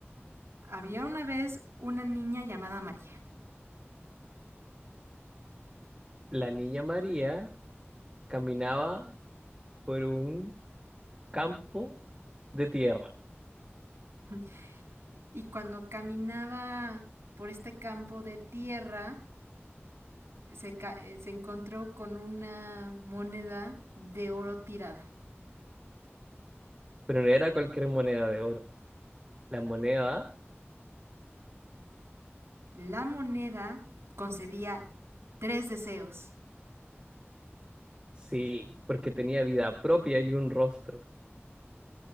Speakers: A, on the right; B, on the right.
A: Había una vez una niña llamada María.
B: la niña María caminaba por un campo de tierra,
A: <laughs> Y cuando caminaba por este campo de tierra, se, ca- eh, se encontró con una moneda de oro tirada.
B: pero no era cualquier moneda de oro. La moneda,
A: La moneda concedía tres deseos
B: sí, porque tenía vida propia y un rostro.